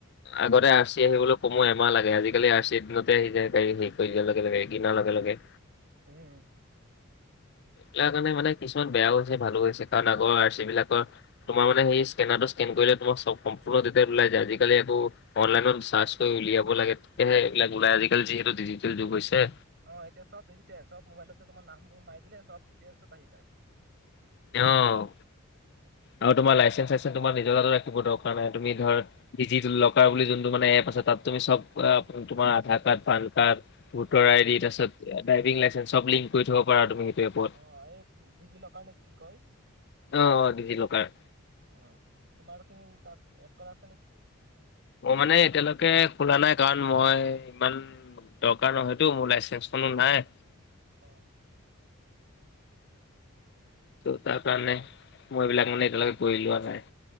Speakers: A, on the left (about 50°); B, on the right (about 50°).
A: আগতে আৰ্চি আহিবলৈ সময় এমাহ লাগে, আজিকালি আৰ্চি দিনতে আহি যায় গাড়ী হেৰি কৰি দাৰ লগে লগে কিনাৰ লগে লগে।
B: উম।
A: তাৰ কাৰণে মানে কিছুমান বেয়া হৈছে ভালো হৈছে কাৰণ আগৰ আৰ্চি বিলাকৰ তোমাৰ মানে সেই ইক্ৰেনাৰটো ইক্ৰেন কৰিলে তোমাক চব সম্পূৰ্ণ ডিটেইলছ ওলাই যায়। আজিকালি একো অনলাইনত চাৰ্চ কৰি উলিয়াব লাগে তেতিয়ে এইবিলাক ওলাই আজিকালি যিহেতু ডিজিটেল যুগ হৈছে।
B: অ' এতিয়া চব ডিজিটেল চব মোবাইলত তোম নামবোৰ মাৰ দিলে চব ডিটেইলছত আহি যায়।
A: অ' আৰু তোমাৰ লাইচেন্ চাইচেন্ তোমাৰ নিজৰ তাতো ৰাখিব দৰকাৰ নাই তুমি ধৰ ডিজিটেল লকাৰ বুলি যোনটো মানে এপ আছে তাত তুমি চব তোমাৰ Aadhaar card PAN card voter ID
B: অ',
A: তাৰপিছত ড্ৰাইভিং লাইচেঞ্চ চব লিংক কৰি থব পাৰা তুমি সেইটো এপত।
B: অ' এই টি ভি লকাৰ নে কি কয়।
A: অ অ' ডিজী লকাৰ।
B: অ' তোমাৰখিনি তাত এড কৰা আছে নেকি।
A: মই মানে এতিয়ালৈকে খোলা নাই কাৰণ মই ইমান দৰকাৰ নহয়তো মোৰ লাইচেন্ঞ্চটো। কোনো
B: অ',
A: নাই।
B: অ',
A: টো' তাৰ কাৰণে মই এইবিলাক মানে এতিয়ালৈকে কৰি লোৱা নাই।